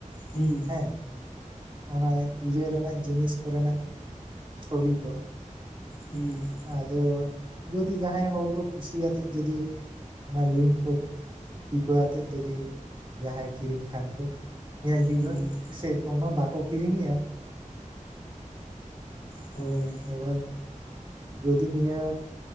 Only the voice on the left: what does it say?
ᱦᱩᱸ
ᱦᱩᱸ
ᱦᱩᱸ,
ᱦᱳᱭ